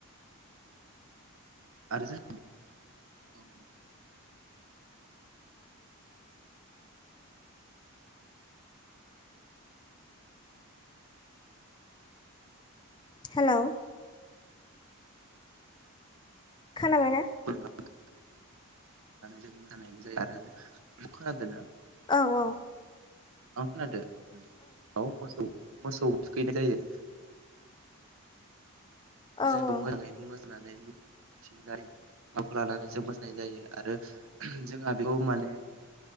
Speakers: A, on the right; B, on the left.
A: आरो जों <unintelligible> औ
B: हेलौ। खोनाबायना?
A: <unintelligible> जों मोसानायबो जायो आरो जों खोनादोना?
B: औ औ।
A: औ खोनादों उम औ मोसौ मोसौ थुखैनाय जायो।
B: औ
A: जों
B: औ
A: बेयाव मोजाङै मोसानानै सिंजारि <unintelligible> लानानै जों मोसानाय जायो आरो जोंहा बेखौ माने